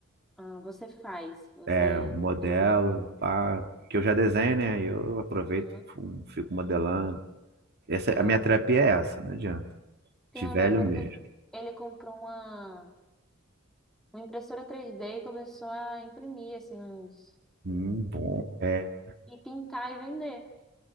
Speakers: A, in the centre; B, on the right.
A: ah, você faz, você...
B: É um modelo,
A: Quer dizer,
B: pá, que eu já desenho, né? Aí Eu aproveito,
A: aham.
B: fu- fico modelando. Essa,
A: Ah,
B: a minha terapia é essa, não adianta.
A: tem
B: De
A: um
B: velho
A: amigo meu
B: mesmo.
A: que ele, ele comprou uma, uma impressora 3D e começou a imprimir, assim, uns...
B: Hum, bom. é.
A: E pintar e vender.